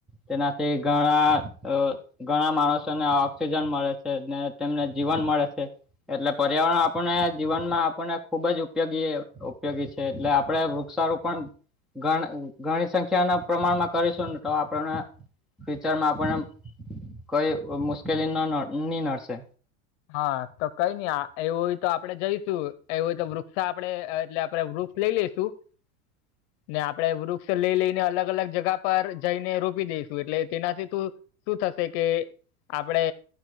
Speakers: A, in the centre; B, on the left.
A: તેનાથી ઘણા, અ ઘણા માણસોને ઓક્સિજન મળે છે ને તેમને જીવન મળે છે. એટલે પર્યાવરણ આપણને જીવન માં આપને, ખુબ જ ઉપયોગી ઉપયોગી છે એટલે આપડે વૃક્ષારોપણ, ઘ ઘણી સંખ્યા ના પ્રમાણમાં કરીશું ને તો આપણને, ફ્યુચરમાં આપણને કઈ મુશ્કેલી ન ની નડશે.
B: હા તો કઈ નઈ એવું હોય તો આપડે જઈશું એવું હોય તો વૃક્ષ આપડે એટલે આપડે વૃક્ષ લઈ લઈેશું.
A: <inaudible>
B: ને આપડે વૃક્ષ લઈ લઈને અલગ અલગ જગા પર જઈને રોપી દઈશું એટલે તેનાથી શું, શું થશે કે આપડે